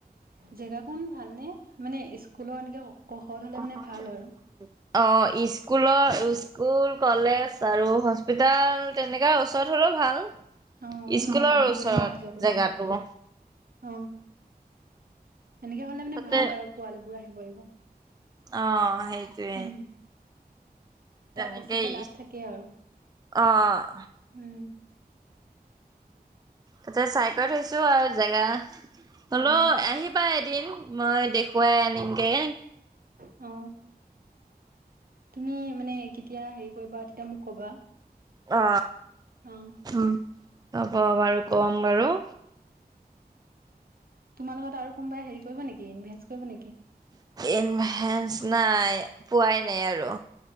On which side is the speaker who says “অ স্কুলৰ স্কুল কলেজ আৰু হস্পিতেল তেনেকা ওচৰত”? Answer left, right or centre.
Right